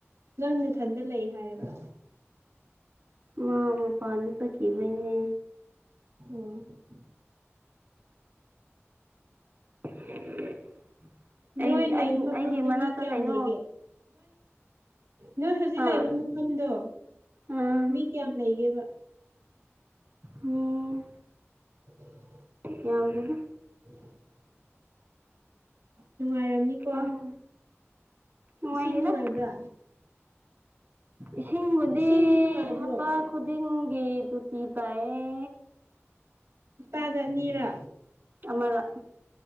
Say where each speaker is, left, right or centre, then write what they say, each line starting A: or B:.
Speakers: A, on the right; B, on the right.
A: ꯅꯪꯅꯊꯟꯗ ꯂꯩ ꯍꯥꯏꯔꯒ
B: ꯃꯥ ꯃꯄꯥꯅꯗꯥ ꯆꯠꯈꯤꯕꯩꯅꯦ
A: ꯎꯝ
B: <inaudible>
A: ꯅꯣꯏ
B: ꯑꯩ
A: ꯂꯩ
B: ꯑꯩ
A: ꯃꯐꯝꯗꯣ
B: ꯑꯩꯒꯤ ꯃꯅꯥꯛꯇ
A: ꯃꯤ ꯀꯌꯥꯝ
B: ꯀꯩꯅꯣ
A: ꯂꯩꯒꯦ ꯅꯣꯏ ꯍꯧꯖꯤꯛ ꯂꯥꯏꯕ
B: ꯑ
A: ꯃꯐꯝꯗꯣ
B: ꯑꯝ
A: ꯃꯤ ꯀꯌꯥꯝ ꯂꯩꯒꯦꯕ
B: ꯎꯝ
A: <inaudible>
B: ꯌꯥꯝꯂꯩ
A: <unintelligible> ꯅꯨꯡꯉꯥꯏꯔꯝꯅꯤꯀꯣ
B: ꯈꯪ ꯅꯨꯡꯉꯥꯏꯇꯦꯗ
A: ꯏꯁꯤꯡ ꯅꯨꯡꯉꯥꯏꯕ꯭ꯔꯥ
B: ꯏꯁꯤꯡꯕꯨꯗꯤ
A: ꯏꯁꯤꯡꯗꯤ ꯅꯨꯡꯉꯥꯏꯕ꯭ꯔꯣ
B: ꯍꯞꯇꯥ ꯈꯨꯗꯤꯡꯒꯤ ꯇꯣꯇꯤ ꯇꯥꯏꯌꯦ
A: ꯇꯥꯗꯅꯤꯔ
B: ꯑꯃꯗ